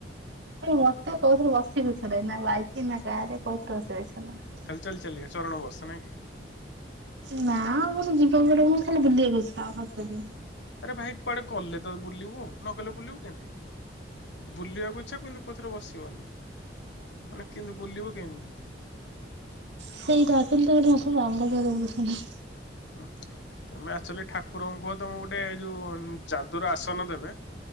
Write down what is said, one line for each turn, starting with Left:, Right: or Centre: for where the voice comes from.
Right: ମତେ କୋଉଥିରେ ବସିଵାକୁ ଇଛା ନାଇ, ନାଁ ବାଇକ ନାଁ କାରେ କୋଉଥିରେ ବସିଵାକୁ ଇଚ୍ଛା ନାହିଁ।
Left: ଖାଲି ଚାଲି ଚାଲିକା ଚରଣ ବସ ନାଇଁ କି।
Right: ନାଁ ଆଉ ମଁ ସେ ଯିଵ କୁଆଡେ ମୋର ଖାଲି ବୁଲିବାକୁ ଇଚ୍ଛା ହପତାରେ।
Left: ଆରେ ଭାଇ କୁଆଡେ ଗଲେ ତ ବୁଲିବୁ ନ ଗଲେ ବୁଲିବୁ କେଏଁତି ବୁଲିବାକୁ ଇଛା କିନ୍ତୁ କୋଉଁଥିରେ ବସିବନି। ମାନେ କିନ୍ତି ବୁଲିବ କେମିତି?
Right: ସେଇଟା ଆଶୁନି ତ ଏଇଠି ଆସୁନୁ <unintelligible>
Left: ହଁ ତମେ ଆକଚୁଆଲି ଠାକ ଠାକୁରଙ୍କୁୁ କୁହ ତମକୁ ଗୋଟେ ଯୋଉଁ ଯାଦୁର ଆସନ ଦେବେ